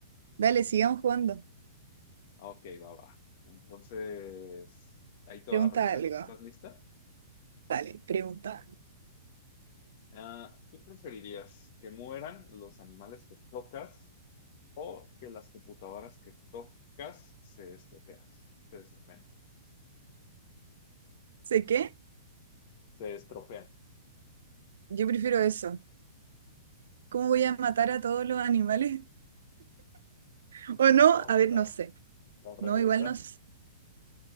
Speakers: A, on the right; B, on the left.
A: Dale, sigamos jugando.
B: Ah, Ok, va, va. Entonces, ahí toda
A: Pregunta
B: la primera.
A: algo.
B: ¿Estás lista?
A: Dale, pregunta.
B: Ah, ¿qué preferirías? ¿Que mueran los animales que tocas o que las computadoras que tocas se estropeas, se estropeen?
A: ¿Sé qué?
B: se estropean.
A: Yo prefiero eso. ¿Cómo voy
B: Claro,
A: a matar
B: ¿no?
A: a todos los animales? <laughs> ¿O
B: Vamos
A: no? A ver,
B: a,
A: no sé.
B: a
A: No,
B: regresar,
A: igual no, s-